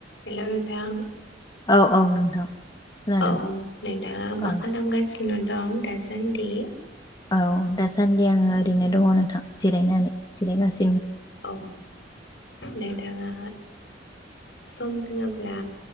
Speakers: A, on the left (about 65°); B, on the left (about 20°).
A: Hello नोंथां
B: औ औ नोंथां खोनादों
A: औ नोंथाङा मा
B: औ
A: खालामगासिनो नोंथां दासान्दि
B: औ दासान्डि आङो ओरैनो दङ नोंथां जिरायनानै जिरायगासिनो
A: औ नोंथाङा सम दोंङोब्ला